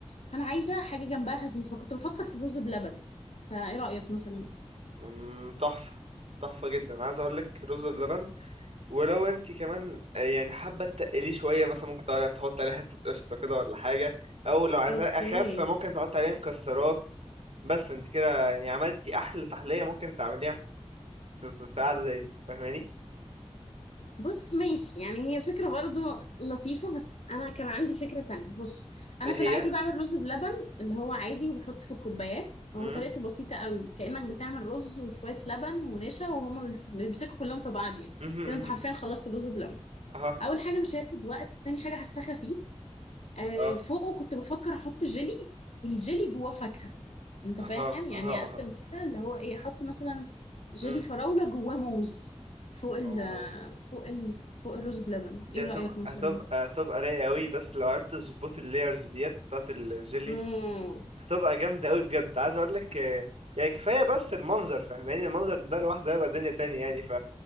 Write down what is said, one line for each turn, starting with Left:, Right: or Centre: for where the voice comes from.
Left: فانا عايزه حاجه جنبها خفيفه كنت بفكر في الرز بلبن فايه رايك مثلا
Right: مم. تحفة تحفة جدا عايز أقولك رز بلبن ولو انت كمان آه، يعني حابه تقليه شويه مثلا ممكن تع- تحط عليه حته قشطه كده ولا حاجه او لو عايزاه
Left: اوكي
Right: اخف فممكن تحط عليه مكسرات بس انت كده يعني عملتي احلى تحليه ممكن تعمليها في في- في قعده زي دي فاهماني
Left: بص ماشي يعني هي فكرة برضو لطيفة بس انا كان عندي فكرة تانية بص انا
Right: ايه هي
Left: في العادي بعمل رز بلبن اللي هو عادي وبحط في الكوبايات
Right: امم
Left: هو طريقته بسيطة قوي كأنك بتعمل
Right: امم
Left: رز وشوية لبن ونشا وهما بيمسكوا كلهم في بعض يعني
Right: امم
Left: كده انت حرفيا خلصت الرز بلبن
Right: اها
Left: اول حاجة مش هياخد وقت تاني حاجة هساه خفيف آه
Right: اه
Left: فوقه كنت بفكر احط جيلي والجيلي جواه فاكهة انت
Right: اها
Left: فاهم يعني
Right: اها
Left: اقسم
Right: اها
Left: كده اللي هو ايه احط مثلا جيلي
Right: امم
Left: فراولة جواه موز فوق ال
Right: اوه
Left: فوق ال فوق الرز بلبن
Right: دي
Left: ايه
Right: هتبقى
Left: رأيك مثلا
Right: هتبقى هتبقى رايقه قوي بس لو عرفت تظبط اللايرز ديت بتاعت الجيلي
Left: امم
Right: هتبقى جامدة قوي بجد عايز اقول لك آه، يعني كفاية بس المنظر فاهماني المنظر ده لوحده هيبقى دنيا تانية يعني ف